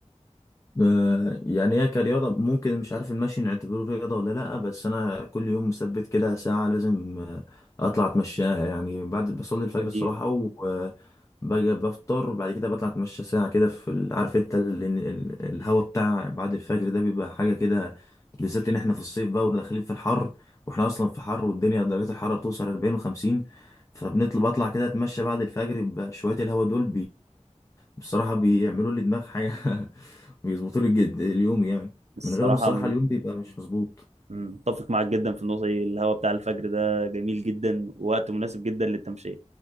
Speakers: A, on the left; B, on the right.
A: آه، يعني هي كرياضة ممكن مش عارف المشي نعتبره رياضة ولا لأ بس أنا كل يوم مثبت كده ساعة لازم آه، أطلع أتمشاها يعني بعد بصلي الفجر
B: جميل
A: الصراحة وباجي بفطر بعد كده بطلع أتمشى ساعة كده في ال- عارف أنت ال- ال- ال- الهوا بتاع بعد الفجر ده بيبقى حاجة كده بالذات إن إحنا في الصيف بقى وداخلين في الحر وإحنا أصلا في حر والدنيا درجات الحرارة بتوصل 40 و50 فبنطلع بطلع كده أتمشى بعد الفجر بشوية الهوا دول بصراحة بيعملوا لي دماغ حاجة <laughs> بيظبطوا لي الجد اليوم يعني
B: الصراحه
A: من غيرهم الصراحة اليوم بيبقى مش مظبوط
B: مم، متفق معاك جدا في النقطة دي الهواء بتاع الفجر ده جميل جدا ووقت مناسب جدا للتمشية